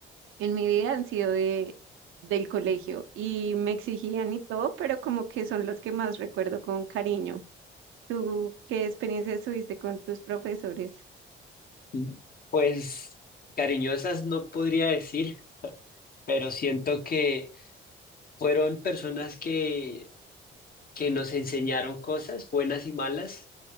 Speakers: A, on the right; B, on the left.
A: en mi vida han sido de, del colegio y me exigían y todo, pero como que son los que más recuerdo con cariño. ¿Tú qué experiencias tuviste con tus profesores?
B: mm, Pues cariñosas no podría decir, pero siento que Fueron personas que, que nos enseñaron cosas buenas y malas,